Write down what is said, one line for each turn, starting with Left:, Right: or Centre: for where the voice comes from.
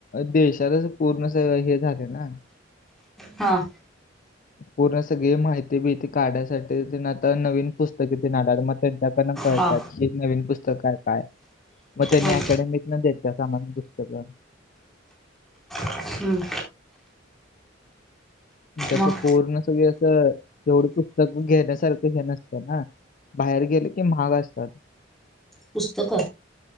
Left: देशांतच पूर्ण संग हे झाले नां
Centre: हां
Left: पूर्ण सगळीं माहिती मीती काढण्यांसाठी तरं नवीन पुस्तके ते नां मगं जे कांना कळतांत
Centre: हा
Left: की नवीन पुस्तकं आहे कायं मंग त्यांनी
Centre: हं,
Left: अकॅडमीत नं द्यायच्यां सामान्यं पुस्तकं
Centre: हम्मं
Left: त्यासं
Centre: मग
Left: पूर्ण सगळं असं तेवढी पुस्तकं घेण्यांसारखं हे नसतं नां बाहेर गेले की महांग असतांत.
Centre: पुस्तकं